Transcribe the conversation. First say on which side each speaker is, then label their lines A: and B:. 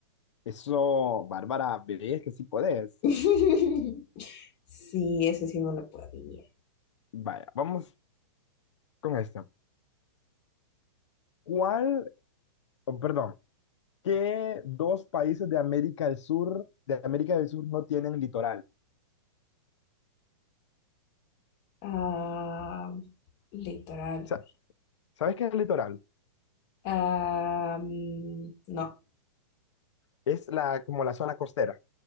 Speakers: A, on the left; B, on the left.
A: Eso, Bárbara, bebé, es que sí podés.
B: <laughs> Sí, ese sí no lo podía.
A: Vaya, vamos con esto. ¿Cuál, oh, perdón, ¿Qué dos países de América del Sur, de América del Sur no tienen litoral?
B: Ah, litoral.
A: O sea, ¿sabes qué es el litoral?
B: Ah, mm, no.
A: Es la, como la zona costera.